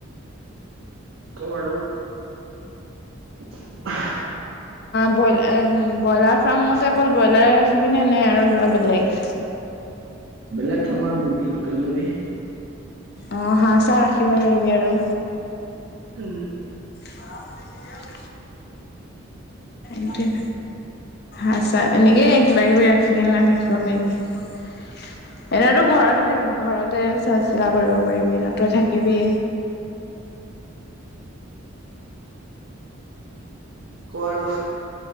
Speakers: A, on the right (about 70°); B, on the left (about 50°).
A: ক আৰু <unintelligible>
B: ব ব্ৰইলাৰ ফাৰ্মতে অকল ব্ৰইলাৰে ৰাখিবিনে নে আৰু কিবা বেলেগ
A: বেলেগ ধৰ্মৰ মুৰ্গী লোকেল মুৰ্গী
B: অঁ হাঁহ চাহ ৰাখিব পাৰিবি আৰু
A: উম উম
B: ব লি ইটিন আ চ এনেকেই কিবা কিবি ৰাখিকনে থাকিব পাৰিবি এনেতো ঘৰত থ ঘৰতে চোৱা চিতা কৰিব পাৰিবি নতুৱে থাকিবি
A: ক আৰু